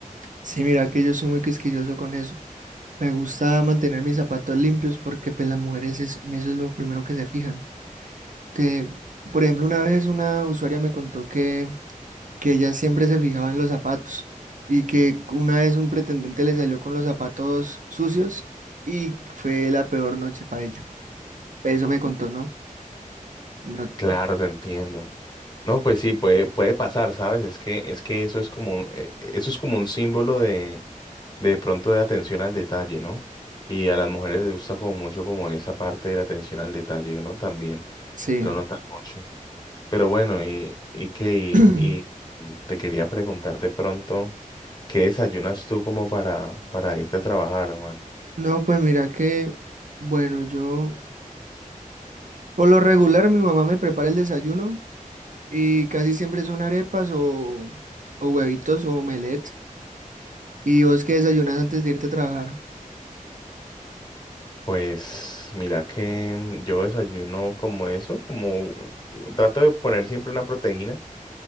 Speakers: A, on the right; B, on the left.
A: Sí, mira que yo soy muy quisquilloso con eso. Me gusta mantener mis zapatos limpios porque pues las mujeres es- en eso es lo primero que se fijan. que por ejemplo, una vez una usuaria me contó que que ella siempre se fijaba en los zapatos y que una vez un pretendiente le salió con los zapatos sucios y fue la peor noche para ella. Eso me contó, ¿no? No,
B: Claro, te entiendo. No, pues sí, puede, puede pasar, ¿sabes? Es que, es que eso es como un, eh, eso es como un símbolo de, de pronto de atención al detalle, ¿no? Y a las mujeres les gusta como mucho como esa parte de la atención al detalle, ¿no? También
A: sí.
B: lo notan mucho. Pero bueno, y, y que y,
A: <clears throat>
B: y, mm, te quería preguntar de pronto, ¿qué desayunas tú como para, para irte a trabajar, Juan?
A: No, pues mira que, bueno, yo por lo regular mi mamá me prepara el desayuno y casi siempre son arepas o, o huevitos o omelette. ¿Y vos qué desayunas antes de irte a trabajar?
B: Pues mira que mm, yo desayuno como eso, como trato de poner siempre una proteína.